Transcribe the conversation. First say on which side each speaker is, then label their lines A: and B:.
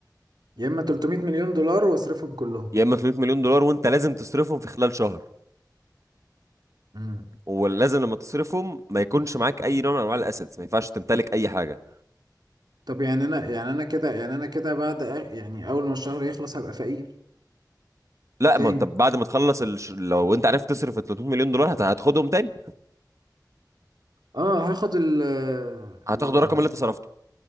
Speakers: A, on the right (about 70°); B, on the right (about 45°).
A: يا اما 300 مليون دولار واصرفهم كلهم
B: يا اما 300 مليون دولار وانت لازم تصرفهم في خلال شهر
A: امم
B: ولازم لما تصرفهم ما يكونش معاك اي نوع من انواع الاسيتس ما ينفعش تمتلك اي حاجه
A: طب يعني انا يعني انا كده يعني انا كده بعد آ- يعني اول ما الشهر يخلص هبقى فقير
B: لا
A: تاني
B: ما انت بعد ما تخلص الش... لو انت عرفت تصرف ال 300 مليون دولار هت... هتاخدهم تاني
A: اه هاخد ال
B: هتاخد
A: ال
B: الرقم اللي انت صرفته